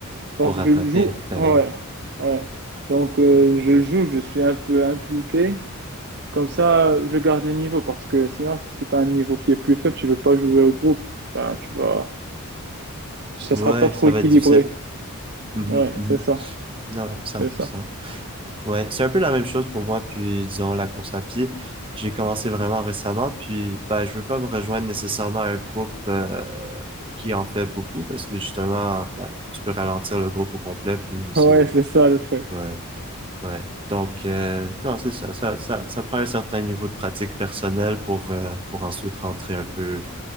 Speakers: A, on the right (about 50°); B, on the right (about 25°).
A: Donc
B: pour rattraper,
A: je le joue,
B: ben
A: ouais,
B: oui.
A: ouais. Donc euh, je joue, je suis un peu impliqué. Comme ça, je garde le niveau parce que sinon, si t'as un niveau qui est plus faible, tu ne veux pas jouer au groupe. Enfin, tu vas, ça
B: Ouais,
A: sera pas trop
B: ça
A: équilibré.
B: va être difficile. Mhm,
A: Ouais,
B: mhm.
A: c'est ça,
B: Non, 100%.
A: c'est ça.
B: Ouais, c'est un peu la même chose pour moi, puis disons la course à pied. J'ai commencé vraiment récemment, puis bah, je veux pas me rejoindre nécessairement à un groupe euh, qui en fait beaucoup, parce que justement, bah, tu peux ralentir le groupe au complet, puis c'est...
A: Ouais, c'est ça le truc.
B: Ouais, ouais. Donc, euh, non, c'est ça, ça, ça, ça prend un certain niveau de pratique personnelle pour, euh, pour ensuite rentrer un peu